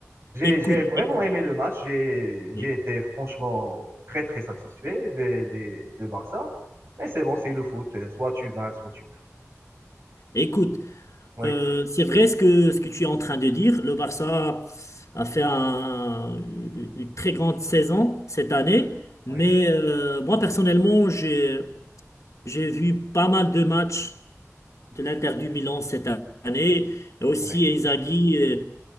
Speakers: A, on the right (about 55°); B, on the left (about 70°).
A: J'ai,
B: Écoute,
A: j'ai vraiment
B: écoute.
A: aimé le match. J'ai, j'ai
B: oui.
A: été franchement très, très satisfait de, de, de Barça. Mais c'est bon, c'est le foot. Soit tu gagnes, soit tu perds.
B: Écoute,
A: Oui,
B: Euh, c'est vrai ce que, ce que tu es en train de dire. Le Barça a fait un- une une très grande saison cette année, mais
A: oui.
B: euh, moi personnellement, j'ai, j'ai vu pas mal de matchs de l'Inter du Milan cette année. Et aussi
A: Oui,
B: Inzaghi, euh,